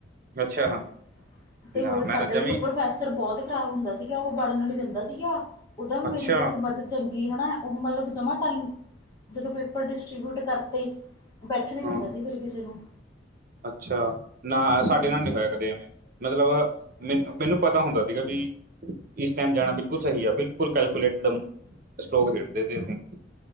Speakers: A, on the right; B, on the left.
A: ਅੱਛਾ ਹਾਂ
B: ਵੰਡ, ਤੇ
A: ਨਾ
B: ਹੋਰ
A: ਮੈਂ
B: ਸਾਡਾ
A: ਤਾਂ ਜਮੀ
B: ਇੱਕੱ ਪ੍ਰੋ ਪ੍ਰੋਫੈਸਰ ਬਹੁਤ ਖ਼ਰਾਬ ਹੁੰਦਾ ਸੀਗਾ, ਉਹ ਵੜਨ ਨੀ ਦਿੰਦਾ ਸੀਗਾ, ਉਹਦਾ ਵੀ ਮੇਰੀ
A: ਅੱਛਾ
B: ਕਿਸਮਦ ਚੰਗੀ, ਹੈਨਾ ਉਹ ਮਤਲਬ ਜਮਾ ਟਾਈਮ, ਜਦੋਂ ਪੇਪਰ ਡਿਸਟਰੀਬਿਊਟ ਕਰਤੇ ਬੈਠਣ ਨੀ ਦਿੰਦਾ
A: ਹਾਂ
B: ਸੀ, ਫਿਰ ਕਿਸੇ ਨੂੰ
A: ਅੱਛਾ, ਨਾ
B: ਹੂੰ
A: ਸਾਡੇ ਨਾਲ ਨੀ ਹੋਇਆ ਕਦੇ ਐਵੇਂ, ਮਤਲਬ ਮਨ ਮੈਨੂੰ ਪਤਾ ਹੁੰਦਾ ਸੀਗਾ, ਵੀ ਇਸ ਟਾਈਮ ਜਾਣਾ ਬਿਲਕੁਲ ਸਹੀ ਆ, ਬਿਲਕੁਲ ਕੈਲਕੂਲੇਟ ਸਟੋਕ ਖੇਡਦੇ ਸੀ ਅਸੀਂ